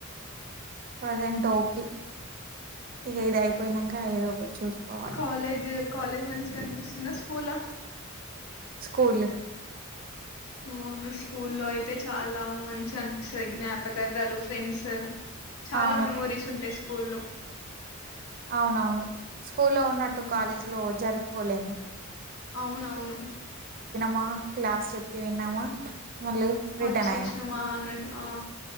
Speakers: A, on the right; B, on the left.
A: ప్రెజెంట్ ఓకే ఇకదయి యిపోనాంగా ఏదో కటి చూసుకోవాలి
B: కాలేజ్ కాలేజ్ మంచిగా ఆనిపిస్తుందా స్కూల్ ఆ
A: స్కూలు
B: అవును స్కూల్లో అయితే చాలా మంచి అనిపిస్తుంది జ్ఞాపకార్థాలు ఫ్రెండ్స్ చాలా
A: అవును.
B: మెమోరీస్ ఉంటాయి స్కూల్ లో
A: అవునవును స్కూల్లో ఉన్నట్టు
B: ఉమ్
A: కాలేజ్ లో జరుపు పోలేము
B: అవునవును
A: మా క్లాస్ చెప్తే విన్నామా మళ్ళీ రిటర్న్
B: వచ్చేస్నమా అన్నట్టు ఆ